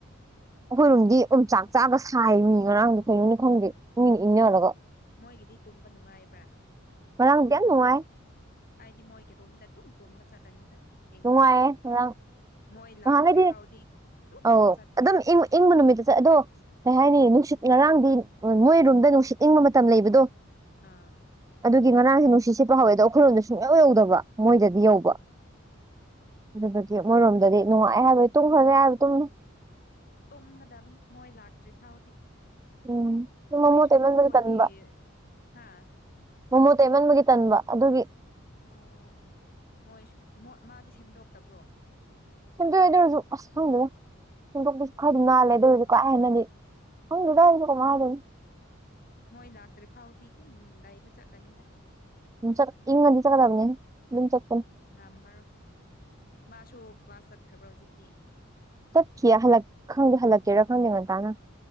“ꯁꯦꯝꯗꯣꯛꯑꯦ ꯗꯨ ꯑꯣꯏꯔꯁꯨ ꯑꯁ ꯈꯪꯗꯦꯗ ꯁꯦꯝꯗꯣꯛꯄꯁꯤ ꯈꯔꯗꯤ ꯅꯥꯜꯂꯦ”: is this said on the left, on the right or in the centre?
Right